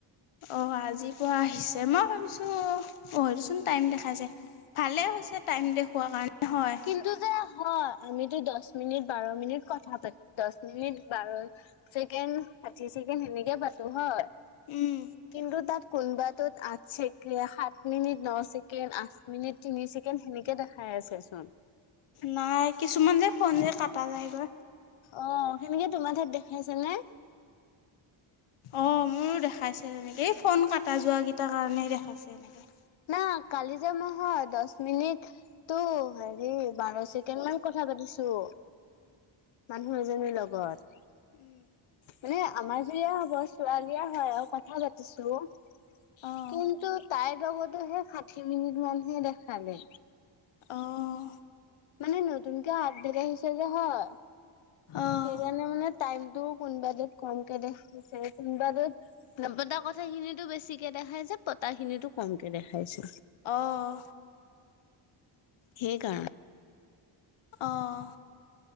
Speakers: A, on the left; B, on the left.
A: অ আজি পুৱা আহিছে মই ভাবিছো অ সেইটোচোন টাইম দেখাইছে। ভালে হৈছে টাইম দেখুৱা কাৰণে। হয়
B: কিন্তু যে হয় আমিতো দহ মিনিট বাৰ মিনিট কথা পাতি দহ মিনিট বাৰ ছেকেণ্ড পাতিছোঁ <unintelligible> সেনেকে পাতো হয়?
A: উম
B: কিন্তু তাত কোনবাটোত আঠ চেকে- সাত মিনিট ন ছেকেণ্ড, আঠ মিনিট তিনি চেকেণ্ড, সেনেকে দেখাই আছে চোন!
A: নাই, কিছুমান যে ফোন এ কাটা যায়গৈ।
B: অ', সেনেকে তোমাৰ ঠাইত দেখাইছে নে?
A: অ, মোৰো দেখাইছে তেনেকে, এই ফোন কাটা যোৱা কিটাৰ কাৰণে দেখাইছে এনেকে।
B: ন কালি যে নহয়, দহ মিনিট তো হেৰি বাৰ ছেকেণ্ড মান কথা পাতিছোঁ। মানুহ এজনীৰ লগত।
A: উম।
B: মানে আমাজৰিয়া হ'ব ছোৱালীয়ে হয় আৰু কথা পাতিছোঁ।
A: অঁ
B: কিন্তু তাইৰ লগতোহে ষাঠি মিনিট মানহে দেখালে।
A: অহ।
B: মানে নতুনকে আবডেট আহিছে যে হয়,
A: অঁ
B: সেইকাৰণে মানে টাইম টোত কোনোবাটোত কমকে দেখাইছে কোনোবাটোত নপতা কথাখিনিটো বেছিকে দেখাইছে পতাখিনিটো কমকে দেখাইছে।
A: অহ।
B: সেইকাৰণ
A: অহ।